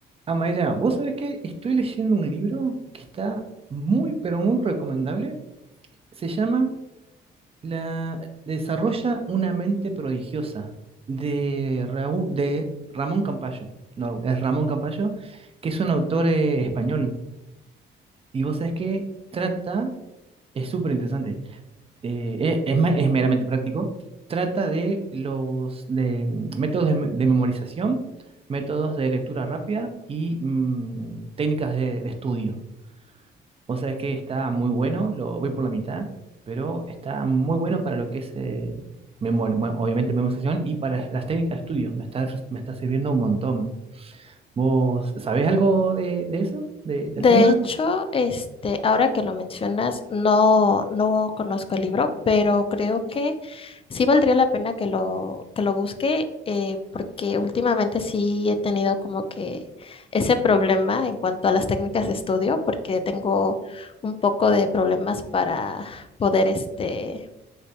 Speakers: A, on the right (about 30°); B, on the left (about 30°).
A: Ah, Mayra, vos sabés que estoy leyendo un libro que está muy, pero muy recomendable. Se llama La Desarrolla una mente prodigiosa de, Raú- de Ramón Campayo. No, es Ramón Campayo, que es un autor eh, español. Y vos sabés que trata, es súper interesante, eh, es, es ma- es meramente práctico, trata de los de, mm, métodos de, me- de memorización, métodos de lectura rápida y mm, técnicas de de estudio. Vos sabés que está muy bueno, lo voy por la mitad, pero está muy bueno para lo que es eh, memoria, bueno, obviamente memorización y para las técnicas de estudio. Me está, res- me está sirviendo un montón. ¿Vos sabés algo de, de eso? De- del
B: De
A: tema?
B: hecho, este, ahora que lo mencionas, no, no conozco el libro, pero creo que sí valdría la pena que lo, que lo busque, eh, porque últimamente sí he tenido como que ese problema en cuanto a las técnicas de estudio, porque tengo un poco de problemas para poder, este,